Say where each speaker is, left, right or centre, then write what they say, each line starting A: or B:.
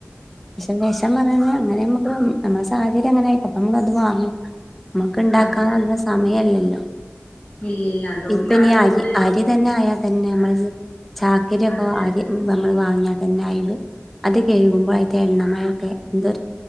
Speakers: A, in the centre; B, on the left.
A: പക്ഷെ വിഷം പറഞ്ഞഴിഞ്ഞ അങ്ങനെ നമ്മുക്ക് നമ്മളെ സാഹചര്യം അങ്ങനെ ആയിക്കും അപ്പൊ നമ്മളത് വാങ്ങും. നമക്ക് ഇണ്ടാക്കൻ
B: അത്
A: അതിന് സമയല്ലല്ലോ.
B: ഇല്ല ഇല്ല അതുകൊണ്ടാണ്
A: ഇപ്പൊ ഇനി
B: നമ്മള്
A: അരി
B: ഇനി
A: അരി തന്നെ ആയാ തന്നെ നമ്മൾ ഇജ് ചാക്കരിയൊക്കെ
B: അത്
A: വ
B: തന്നെ
A: അരി നമ്മള് വാങ്ങിയ തന്നെ ആ ഇത് അത് കേഴുകുമ്പോൾ ത എണ്ണ മഴൊക്കെ എന്തൊരു